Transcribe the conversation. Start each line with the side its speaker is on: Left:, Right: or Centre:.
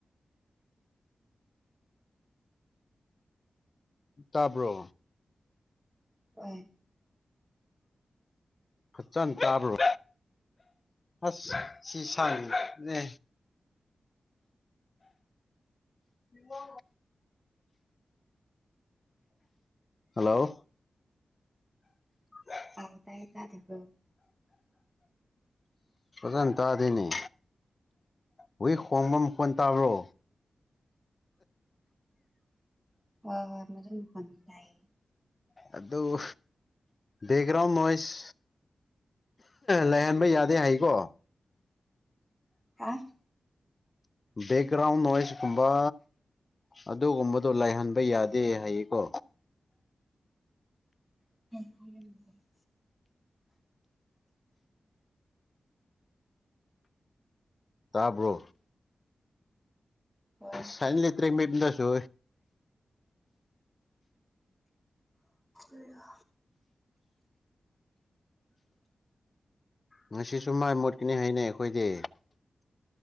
Left: ꯇꯥꯕ꯭ꯔꯣ
Centre: ꯍ
Left: ꯐꯖꯅ ꯇꯥꯕ꯭ꯔꯣ ꯑꯁ ꯁꯤ ꯁꯪꯉꯤꯅꯦ ꯃ ꯍꯜꯂꯣ ꯍ
Centre: ꯑꯥꯎ ꯇꯥꯏ ꯇ ꯊꯕꯣ
Left: ꯑꯗꯨ ꯇ ꯑꯗꯨꯅꯤ ꯍꯏ ꯍꯣꯡꯕ ꯃꯈꯣꯟ ꯇꯥꯕ꯭ꯔꯣ
Centre: ꯍꯣꯏ ꯍꯣꯏ ꯃ ꯐꯣꯟꯟ ꯇꯏꯌꯦ
Left: ꯑꯗꯨꯣ ꯦꯒ꯭ꯔꯥꯎ ꯃꯣꯏꯁ ꯂꯩꯍꯟꯕ ꯌꯥꯗꯦ ꯍꯥꯏꯀꯣ
Centre: ꯍꯥ
Left: ꯕꯦꯛꯒ꯭ꯔꯥꯎꯟ ꯣꯏꯁ ꯀꯨꯝꯕ ꯑꯗꯨꯒꯨꯝꯕꯗꯣ ꯂꯥꯏꯍꯟꯕ ꯌꯥꯗꯦ ꯍꯥꯏꯌꯦꯀꯣ
Centre: <unintelligible>
Left: ꯇꯥꯕ꯭ꯔꯣ
Centre: ꯍꯣꯏ
Left: ꯁꯥꯏꯟ ꯏꯂꯦꯛꯇ꯭ꯔꯤꯛ
Centre: ꯇꯥꯏ
Left: ꯃꯤꯞꯗꯁꯨ
Centre: ꯀ
Left: ꯉꯁꯤꯁꯨ ꯃꯥꯏ ꯃꯣꯠꯀꯅꯤ ꯍꯥꯏꯩꯅꯩ ꯑꯩꯈꯣꯏꯗꯤ